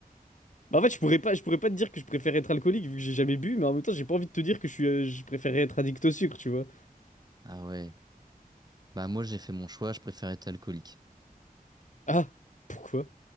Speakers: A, on the left; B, on the right.
A: Bah, en fait, je pourrais pas, je pourrais pas te dire que je préfère être alcoolique vu que j'ai jamais bu, mais en même temps, j'ai pas envie de te dire que je suis, euh, je préférerais être addict au sucre, tu vois.
B: Ah ouais. Bah moi, j'ai fait mon choix, je préfère être alcoolique.
A: Ah, pourquoi?